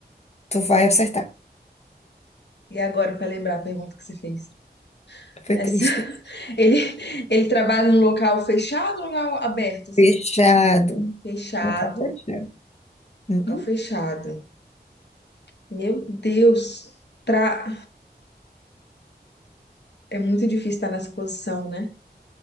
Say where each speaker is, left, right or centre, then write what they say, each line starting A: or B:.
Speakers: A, on the left (about 40°); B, on the left (about 80°).
A: tu vai acertar.
B: E agora, pra lembrar a pergunta que você fez?
A: Foi
B: Essa...
A: triste.
B: <laughs> Ele, ele trabalha num local fechado ou local aberto, assim?
A: Fechado.
B: Fechado,
A: Vou acabar fechado. Uhum.
B: local fechado. Meu Deus. Pra... É muito difícil estar nessa posição, né?